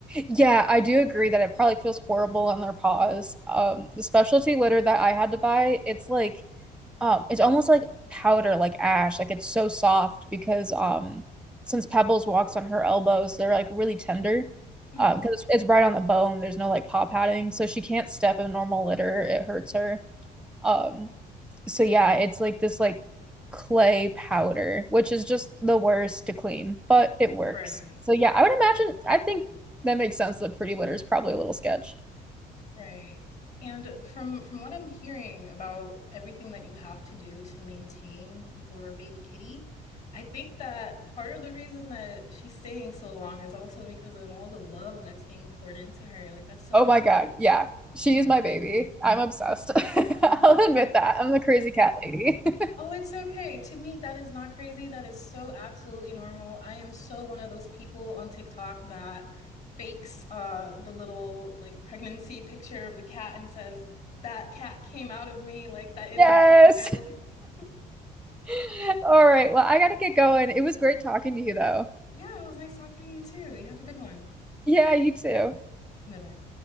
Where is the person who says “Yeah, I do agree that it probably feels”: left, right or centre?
Centre